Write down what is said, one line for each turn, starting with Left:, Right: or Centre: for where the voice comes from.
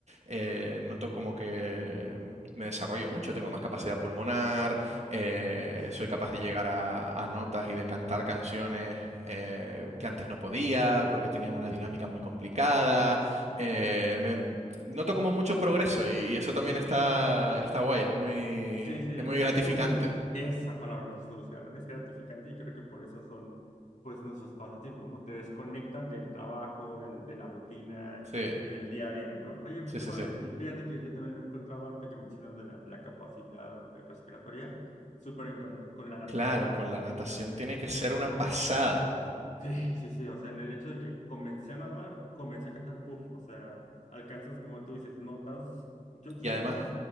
Right: eh, noto como que me desarrollo mucho, tengo más capacidad pulmonar, eh, soy capaz de llegar a, a notas y de cantar canciones eh, que antes no podía porque tenían una dinámica muy complicada. Eh, me- noto como mucho progreso y, y eso también está, está guay, es muy,
Left: Sí, sí,
Right: es muy gratificante.
Left: es como muy esa palabra que se busca, ¿no? Es gratificante y creo que por eso son, pues, nuestros pasatiempos, ¿no? Te desconectan del trabajo, del- de la rutina
Right: Sí,
Left: y del día a día, ¿no? Oye,
Right: sí,
Left: qué
Right: sí,
Left: padre.
Right: sí.
Left: Y fíjate que yo también lo he encontrado ahorita que mencionas de la, la capacidad eh, respiratoria, súper en contra- con la natación.
Right: Claro, con
Left: O sea,
Right: la natación tiene que ser una pasada.
Left: Sí, sí, sí, o sea, en el hecho de que comencé a nadar, comencé a cantar, puff, o sea, alcanzas, como tú dices, notas. Yo, yo
Right: Y
Left: soy
Right: además,
Left: más